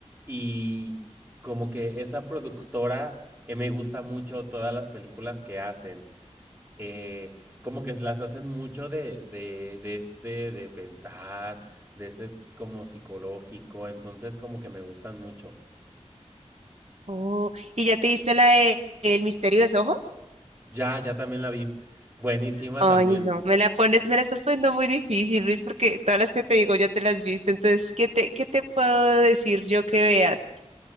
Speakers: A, on the right (about 15°); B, on the right (about 65°).
A: y como que esa productora eh, me gusta mucho todas las películas que hacen. Eh, como que las hacen mucho de, de, de este, de pensar, de este como psicológico. Entonces como que me gustan mucho.
B: Oh, ¿y ya te viste la de El misterio de Soho?
A: Ya, ya también la vi. Buenísima
B: Ay,
A: también.
B: no, me la pones, me la estás poniendo muy difícil, Luis, porque todas las que te digo ya te las viste. Entonces, ¿qué te, qué te puedo decir yo que veas?